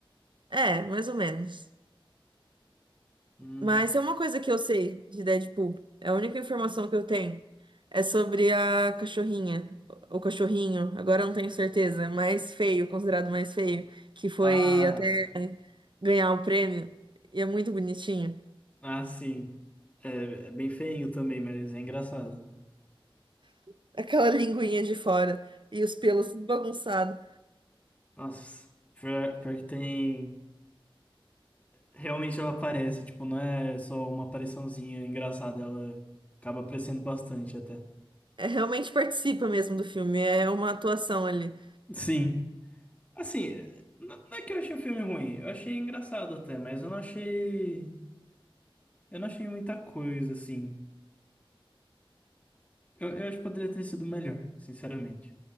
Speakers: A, on the right (about 60°); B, on the left (about 15°).
A: É, mais ou menos.
B: Hum.
A: Mas é uma coisa que eu sei de Deadpool. É a única informação que eu tenho. É sobre a cachorrinha. O cachorrinho, agora eu não tenho certeza. Mais feio, considerado mais feio. Que foi
B: Ah.
A: até ganhar o prêmio. E é muito bonitinho.
B: Ah, sim. É, é bem feinho também, mas é engraçado.
A: <laughs> Aquela linguinha de fora. E os pelos bagunçados.
B: Nossa, pior, pior que tem. Realmente ela aparece, tipo, não é só uma apariçãozinha engraçada, ela acaba aparecendo bastante até.
A: É, realmente participa mesmo do filme. É uma atuação ali.
B: Sim. Assim, é- não não é que eu achei o filme ruim, eu achei engraçado até, mas eu não achei. Eu não achei muita coisa, assim. Eu, eu acho que poderia ter sido melhor, sinceramente.